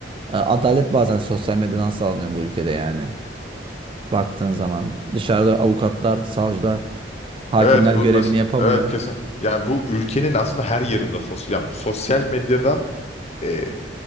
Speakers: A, on the right (about 30°); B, on the left (about 35°).
A: e, adalet bazen sosyal medyadan sağlanıyor bu ülkede yani. Baktığın zaman dışarıda avukatlar, savcılar, hakimler
B: Evet bu
A: görevini
B: mesela
A: yapamıyor.
B: evet kesin yani bu ülkenin aslında her yerinde sosyal yani sosyal medyadan eee,